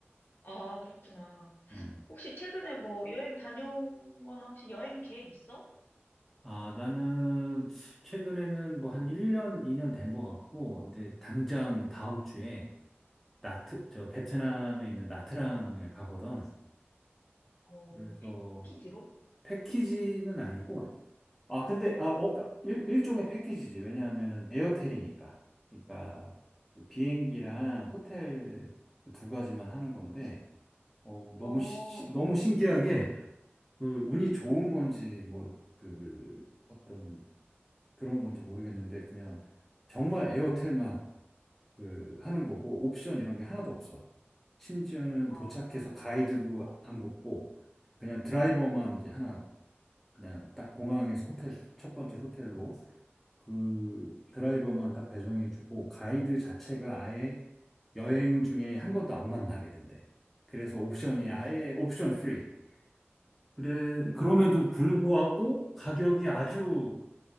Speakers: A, on the left; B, in the centre.
A: 아, 그렇구나.
B: 음.
A: 혹시 최근에 뭐 여행 다녀온 거나 혹시 여행 계획 있어?
B: 아, 나는 최근에는 뭐 한 1년, 2년 된 것 같고, 근데 당장
A: 응.
B: 다음 주에 나트, 저 베트남에 있는 나트랑을 가거든.
A: 어,
B: 그래서
A: 패키지로?
B: 패키지는 아니고, 아, 근데, 아, 어,
A: 응.
B: 일, 일종의 패키지지. 왜냐하면은 에어텔이니까. 그러니까 그 비행기랑 호텔 그두 가지만 하는 건데, 어, 너무,
A: 어,
B: 시, 시- 너무 신기하게, 그, 운이
A: 응.
B: 좋은 건지, 뭐, 그, 어떤 그런 건지 모르겠는데, 그냥 정말 에어텔만 그, 하는 거고, 옵션 이런 게 하나도 없어. 심지어는
A: 아,
B: 도착해서
A: 어,
B: 가이드도 안 붙고, 그냥 드라이버만 이제 하나 그냥 딱 공항에서 호텔, 첫 번째 호텔로 그 드라이버만 딱 배정해주고 가이드 자체가 아예 여행 중에 한 번도 안 만나게 된대. 그래서 옵션이 아예 옵션 프리. 그래, 그럼에도 불구하고 가격이 아주